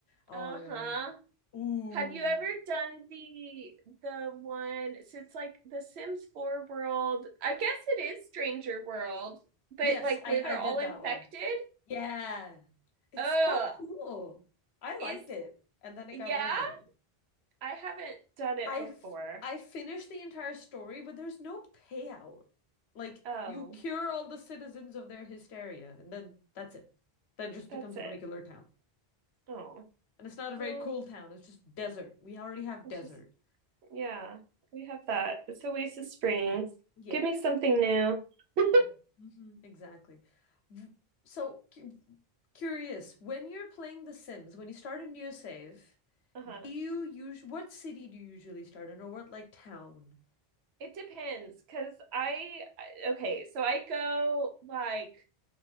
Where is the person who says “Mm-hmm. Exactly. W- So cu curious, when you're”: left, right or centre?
Left